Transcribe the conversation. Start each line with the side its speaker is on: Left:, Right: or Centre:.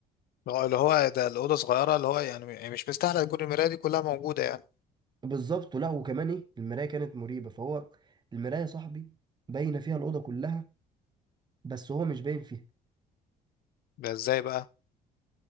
Left: اللي هو اللي هو ده الاوضه صغيره اللي هو يعني مش مستاهله يكون المرايه دي كلها موجوده يعني
Right: بالظبط ولا وكمان ايه المرايه كانت مريبه فهو المرايه يا صاحبي باينه فيها الاوضه كلها بس هو مش باين فيها
Left: ده ازاي بقى